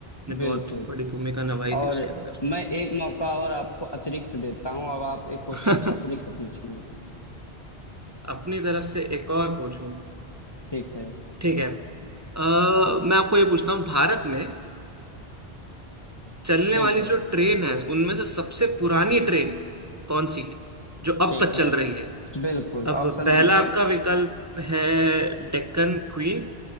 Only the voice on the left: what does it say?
बिल्कुल
और
मैं एक मौका और आपको अतिरिक्त देता हूँ अब आप एक क्वेश्चन
अतिरिक्त पूछिए
ठीक है
बिल्कुल
ठीक
है
बिल्कुल
ऑप्शन
दीजिए